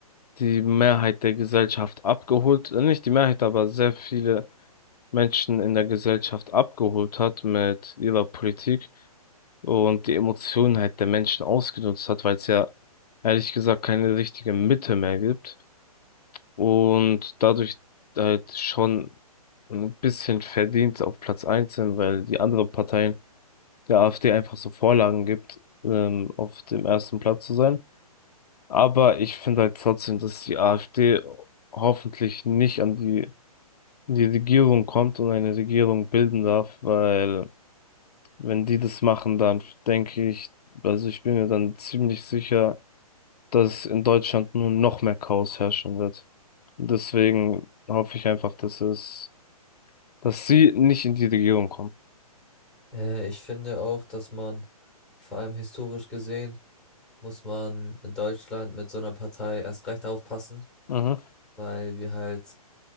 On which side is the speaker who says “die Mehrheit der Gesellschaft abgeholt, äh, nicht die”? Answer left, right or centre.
Left